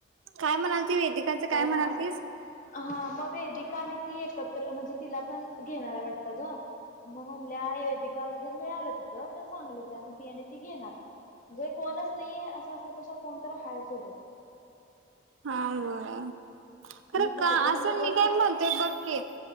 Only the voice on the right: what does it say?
काय म्हणाल? ती वैदिकाचं काय म्हणाल
तीस.
हा खरं
का?
असं
मी
काय
म्हणतोय,
बघ की